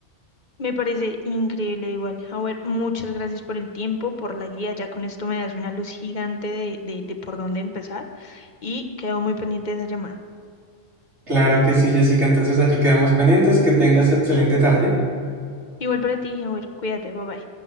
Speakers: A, on the left; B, on the right.
A: Me parece increíble igual. A ver, muchas gracias por el tiempo, por la guía. Ya con esto me das una luz gigante de, de, de por dónde empezar y quedo muy pendiente de esa llamada.
B: Claro que sí, Jessica, entonces allí quedamos pendientes, que tengas excelente tarde.
A: Igual para ti, a ver, cuídate, bye bye.